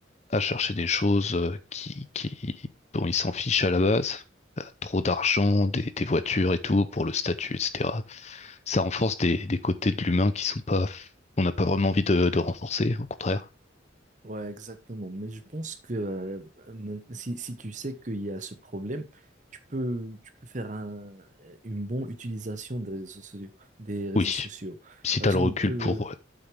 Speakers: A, on the left; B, on the right.
A: à chercher des choses euh, qui, qui, dont ils s'en fichent à la base, euh, trop d'argent, des, des voitures et tout, pour le statut, etc. Ça renforce des, des côtés de l'humain qui sont pas, on n'a pas vraiment envie de, de renforcer, au contraire.
B: Ouais, exactement. Mais je pense que euh, maint- si, si tu sais qu'il y a ce problème, tu peux, tu peux faire un- une bonne utilisation des réseaux sociaux, des réseaux
A: Oui,
B: sociaux.
A: si
B: Par
A: t'as
B: exemple,
A: le recul
B: on peut,
A: pour, ouais.